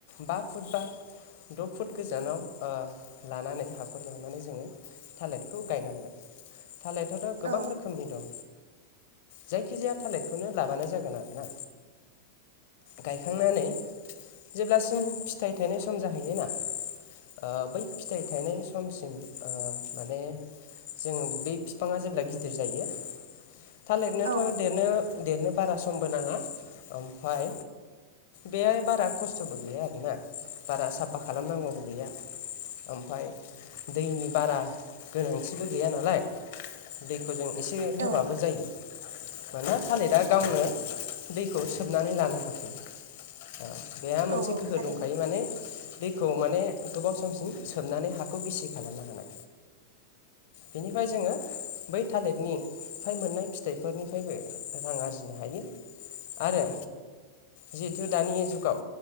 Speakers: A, on the left (about 50°); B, on the right (about 65°).
A: बा फुट बा द' फुट गोजानाव ओ‌ लानानै हाखर जावनानै जोङो थालिरखौ गायनांगोन। थालिरथ'थ' गोबां
B: औ
A: रोखोमनि दं जायखिजाया थालिरखौनो लाबानो जागोन आरो ना गायखांनानै जेब्ला सिम फिथाइ थायनाय सम जाहैयोना ओ बै फिथाइ थायनाय समसिम ओ माने जोङो बै बिफाङा जेब्ला गिदिर जायो थालिरनोथ'
B: औ
A: देरनो देरनो बा रा समबो नाङा ओमफफ्राय बेहाय बारा खस्थ'बो गैया आरो ना बारा साब फा खालामनांगौबो गैया ओमफाय दैनि बारा गोनांथिबो गैया नालाय दै खौ‌ जों एसे होबाबो
B: औ
A: जायो मानोना थालिरा दा गावनो दैखौ सोबनानै लानो हाखायो औ बेहा
B: औ
A: मोनसे
B: औ
A: गोहो
B: थारैनो
A: दंखायो माने दैखौ माने गोबाव समसिम सोबनानै हाखौ गिसि खालामनो हानाय बेनिफ्राय जोङो बै थालिरनिफ्राय मोननाय फिथाइफोरनिफ्रायबो रां आरजिनो हायो आरो जिहेथु दानि जुगाव